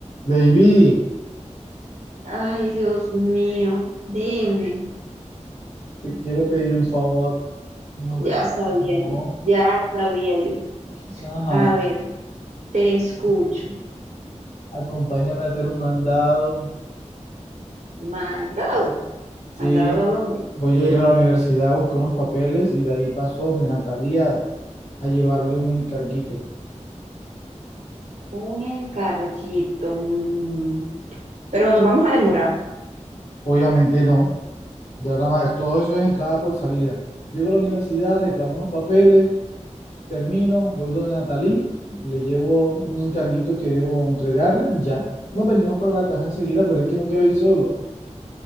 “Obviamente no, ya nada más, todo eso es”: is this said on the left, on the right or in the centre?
Left